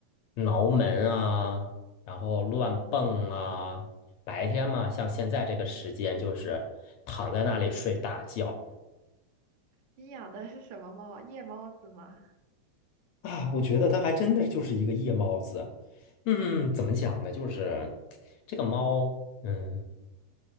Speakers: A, on the left; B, on the right.
A: 挠门啊，然后乱蹦啊。白天嘛，像现在这个时间，就是躺在那里睡大觉。
B: 你养的是什么猫？夜猫子吗？
A: 啊，我觉得它还真的就是一个夜猫子。嗯，怎么讲呢？就是这个猫，嗯。